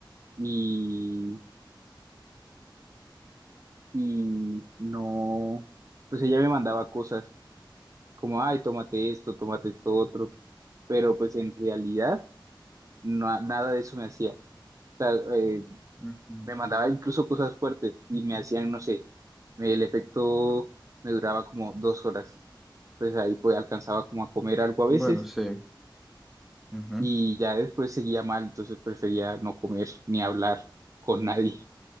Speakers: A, on the right; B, in the centre.
A: y, y no, pues ella me mandaba cosas como, ay, tómate esto, tómate esto otro, pero pues en realidad na- nada de eso me hacía. O sea, eh,
B: Mm,
A: me mandaba incluso cosas fuertes y me hacían, no sé, me- el efecto me duraba como dos horas. Entonces ahí pues alcanzaba como a comer algo a veces
B: Bueno, sí. ujú.
A: y ya después seguía mal, entonces prefería no comer ni hablar con nadie.